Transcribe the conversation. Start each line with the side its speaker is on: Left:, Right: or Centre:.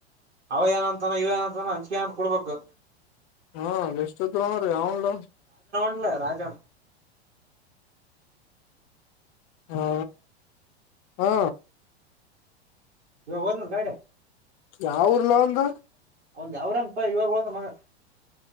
Right: ಅವ ಏನ ಅಂತಾನ ಇವ ಏನ ಅಂತಾನ ಅಂಚಿಕೆ ಅ ಕೊಡ್ಬೇಕು
Left: ಹಾ ಲಿಸ್್ಟ ಇದರಾಮ ರೀ ಯವುನ್ಲ
Right: ಲ್ಲ ರಾಜಾನ
Left: ಹಾ ಹಾ
Right: ಇವಾಗ ಹೋದ್ನ ಗಾಡೆ
Left: ಯಾವ ಊರ್ಲ ಅವುಂದು
Right: ಒಂದು್ ಅವ್ರನ್ಪ ಇವಾಗ ಹತ ಮಗ